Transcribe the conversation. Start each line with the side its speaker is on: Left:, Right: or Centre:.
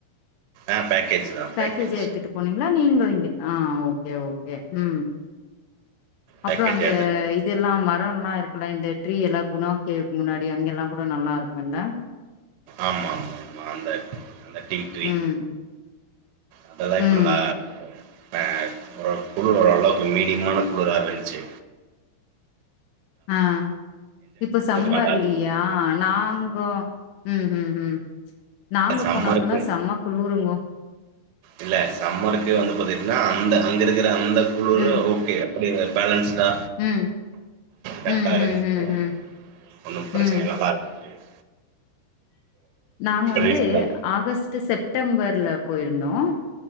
Right: ஆ பேக்கேஜ் தான்
Left: பேக்கேஜா
Right: பேக்கேஜ்.
Left: எடுத்துட்டு போனீங்களா நீங்களு இங்க ஆ ஓகே ஓகே உ
Right: பேக்கேஜ்
Left: அப்றோ அந்த
Right: எடுத்துட்டு
Left: இதெல்லா மரோல்லா இருக் ல்ல இந்த ட்ரீ எல்லா குணா கேவ்க்கு முன்னாடி அங்க எல்லா கூட நல்லா இருக்கும்ல்ல
Right: ஆமா ஆமா அந்த ட்ரீ
Left: ம்
Right: அதலா
Left: ம்
Right: இப்பநலா அ ஒரு குளிர் ஓரளவுக்கு மீடியமான குளிரா இருன்ச்சு
Left: ஆ இப்ப சம்மர்
Right: நல்லா இருந்துச்சு.
Left: இல்லையா நாங்கோ உ உ உ நாங்க
Right: சம்மருக்கு
Left: போனப்பல்லா செம குளிருங்கோ
Right: இல்ல சம்மருக்கு வந்து பாத்திட்டீன்னா அந்த அங்க இருக்கிற த அந்த குழுரு
Left: ம்
Right: ஓகே <unintelligible> பேலன்ஸ் அதா
Left: ம்
Right: கர்ட்டா
Left: ம்
Right: இருக்கு
Left: ம் ம் ம்
Right: ஒன்னு பிரச்சனைலா
Left: ம்
Right: வராது
Left: நாங்க வந்து
Right: ரீசெண்டா
Left: ஆகஸ்ட் செப்டம்பர்ல போயிருந்தோ